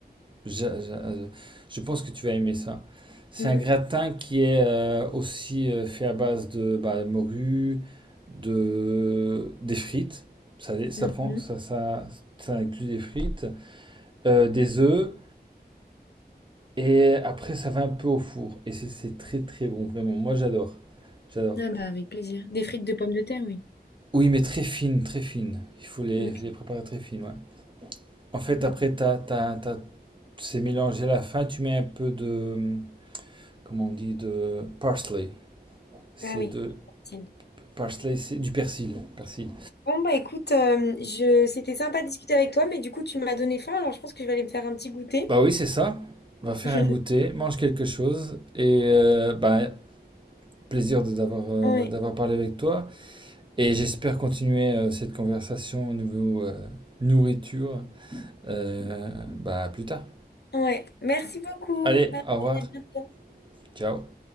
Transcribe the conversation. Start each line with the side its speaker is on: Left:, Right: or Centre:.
Right: Je, je- je pense que tu vas aimer ça. C'est
Left: <laughs> euh.
Right: un gratin qui est euh, aussi euh, fait à base de bah, morue, de, des frites. Ça, les- ça,
Left: Mm.
Right: prend,
Left: mm.
Right: ça, ça, ça inclut des frites, euh, des œufs, et après ça va un peu au four. Et c'est c'est très très bon, vraiment. Moi j'adore. J'adore.
Left: Ah bah, avec plaisir. Des frites de pommes de terre, oui.
Right: Oui, mais très fine, très fine. Il faut les,
Left: Ok.
Right: les préparer très fines, ouais. En fait,
Left: ok.
Right: après, t'as, t'as, t'as- c'est mélangé à la fin. Tu mets un peu de, comment on dit, de parsley. C'est
Left: Ah oui.
Right: de
Left: Facile.
Right: parsley, c'est du persil. Persil.
Left: Bon, bah écoute, euh, je... c'était sympa de discuter avec toi, mais du coup, tu m'as donné faim, alors je pense que je vais aller me faire un petit goûter.
Right: Bah oui, c'est ça. On va faire
Left: <laughs>
Right: un goûter, mange quelque chose et euh, bah, plaisir de- d'avoir euh,
Left: Ouais,
Right: d'avoir parlé avec toi. Et j'espère continuer euh, cette conversation au niveau euh, nourriture euh, bah, plus tard.
Left: ouais. Merci beaucoup.
Right: Allez,
Left: Bye bye,
Right: au revoir.
Left: à bientôt.
Right: Ciao.